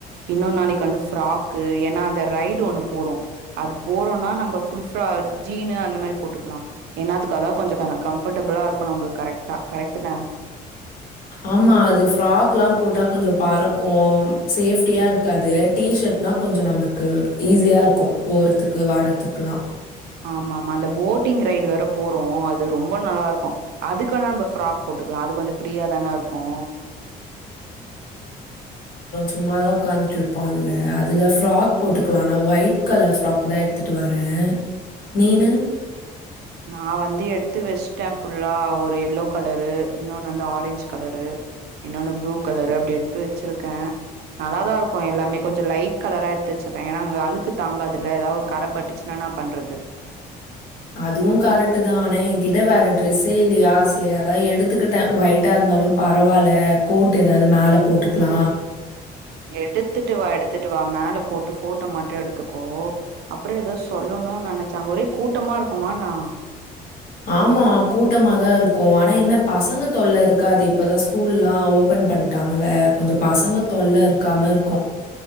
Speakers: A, on the right (about 70°); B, on the left (about 55°).
A: இன்னொ நாளக்கு வந்து ஃப்ராக்கு ஏன்னா அந்த ரைட் ட்டு ஒன்னு போறோ அது போறோனா நம்ப ஃபுல் ப்ரா ஜீனு அந்த மாரி போட்டுக்லா ஏன அதுக்கு அதா கொஞ்ச கம்ஃபர்டபிளா இருக்கு நம்மளுக்கு கரெக்டா கரெக்ட் தா
B: ஆமா அது ஃப்ராக்ல்லா போட்டா கொஞ்ச பறக்கு சேஃப்ட்டியா இருக்காது டீஷர்ட்னா கொஞ்ச நமக்கு ஈஸியா இருக்கு போற்துக்கு வர்றதுக்குல்லா
A: ஆமாமா அந்த போட்டிங் ரைடு வேர போறோ அது ரொம்ப நல்லா இருக் அதுக்கா நம்ப ஃப்ராக் போட்டுக்கலா அது கொஞ்ச ஃப்ரீயா தானே இருக்கு
B: சும்மாதா உட்கார்ந்ட்டு இருப்போ அதுல அதுல ஃப்ராக் போட்டுக்கலா நா ஒயிட் கலர் ஃப்ராக் தா எடுத்துட்டு வர நீனு
A: நா வந்து எடுத்து வஸ்ட்ட ஃபுல்லா ஒரு எல்லோ கலரு இன்னொன்னு வந்து ஆரஞ்ச் கலரு இன்னொன்னு ப்ளூ கலரு அப்டி எடுத்து வச்சிருக்கே நல்லாதா இருக்கு எல்லாமே கொஞ்ச லைட் கலரா எடுத்து வச்சிருக்கே ஏன்னா அங்க அழுக்கு தாங்காதுல்ல ஏதா ஒ கரப்பட்டுச்சுன்னா பண்றது
B: அதுவு கரெக்ட தா ஆனா எங்கிட்ட வேற ட்ரஸ்ஸே இல்லியா சரி அதா எடுத்துக்கிட்டே ஒயிட்டா இருந்தாலு பரவாயில்ல கோட் ஏதாது மேல போட்டுக்லா
A: எடுத்துட்டு வா எடுத்துட்டு வா மேல போட்டு போட்டோ மட்டு எடு த்துக்கோ அப்ற ஏதோ சொல்லணு நெனச்ச அங்க ஒரே கூட்டமா இருக்குமாண்ணா
B: ஆமா கூட்டமாதா இருக்கு ஆனா என்ன பசங்க தொல்ல இருக்காது இப்பதா ஸ்கூல்லா ஓபன் பண்ணிட்டாங்கல்ல கொஞ்ச பசங்க தொல்ல இருக்காம இருக்கு